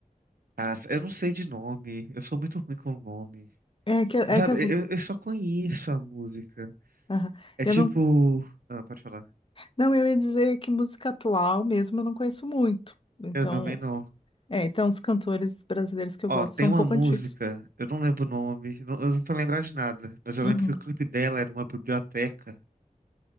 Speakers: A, on the right; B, on the left.
A: as- eu não sei de nome. Eu sou muito ruim com nome.
B: É que,
A: Você
B: é
A: sabe,
B: que as...
A: eu, eu só conheço a música.
B: aham.
A: É
B: Eu
A: tipo.
B: não,
A: Ah, pode falar.
B: não, eu ia dizer que música atual mesmo eu não conheço muito. Então,
A: Eu também não.
B: é, então os cantores brasileiros que eu
A: Ó,
B: gosto
A: tem
B: são um
A: uma
B: pouco
A: música,
B: antigos.
A: eu não lembro o nome, não- eu não tô lembrado de nada, mas eu
B: Uhum.
A: lembro que o clipe dela é numa biblioteca